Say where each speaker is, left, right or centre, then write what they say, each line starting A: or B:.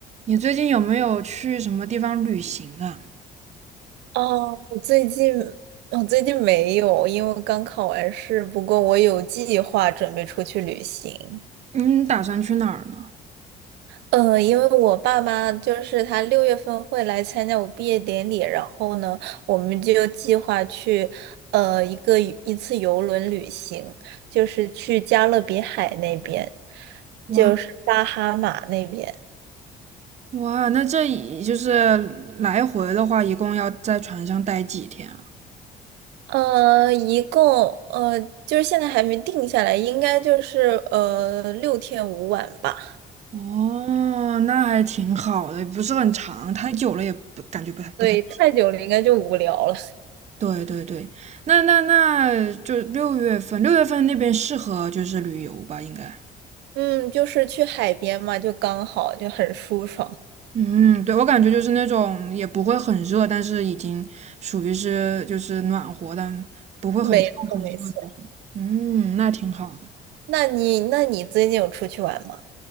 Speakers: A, on the right; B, on the right.
A: 你最近有没有去什么地方旅行啊？
B: 哦，我最近我最近没有，因为刚考完试。不过我有计划准备出去旅行。
A: 嗯，打算去哪儿呢？
B: 呃，因为我爸妈就是他六月份会来参加我毕业典礼，然后呢，我们就计划去呃一个一次游轮旅行，就是去加勒比海那边，
A: 哇
B: 就是巴哈马那边。
A: 哇，那这一就是来回的话，一共要在船上待几天啊？
B: 呃，一共呃，就是现在还没定下来，应该就是呃六天五晚吧。
A: 哦，那还挺好的，不是很长，太久了也不感觉不太不太。
B: 对，太久了应该就无聊了。
A: 对对对，那那那就六月份，六月份那边适合就是旅游吧，应该。
B: 嗯，就是去海边嘛，就刚好，就很舒爽。
A: 嗯，对，我感觉就是那种也不会很热，但是已经属于是就是暖和，但不会很热很热的那种。
B: 没错，没错。
A: 嗯，那挺好
B: 那你，那你最近有出去玩吗？